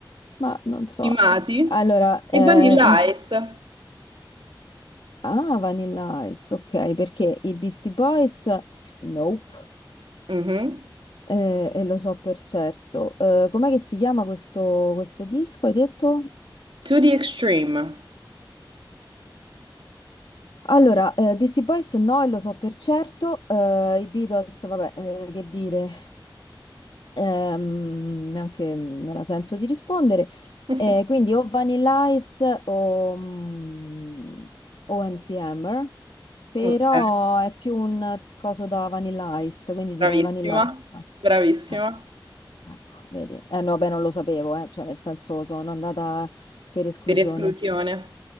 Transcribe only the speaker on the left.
Ma non so.
Allora, eh,
i...
Ah, Vanilla Ice, ok, perché i Beastie Boys? Nope.
Eh, e lo so per certo. Eh, com'è che si chiama questo, questo disco, hai detto?
Allora, eh, Beastie Boys no, e lo so per certo, eh, i Beatles, vabbè, eh, che dire, ehm, neanche me la sento di rispondere.
Eh, quindi o Vanilla Ice o, mm, o MC Hammer, però
è più un coso da Vanilla Ice, quindi direi
Vanilla Ice.
Eh, ecco, vedi. Eh, no, vabbè, non lo sapevo, eh, cioè nel senso sono andata per esclusione.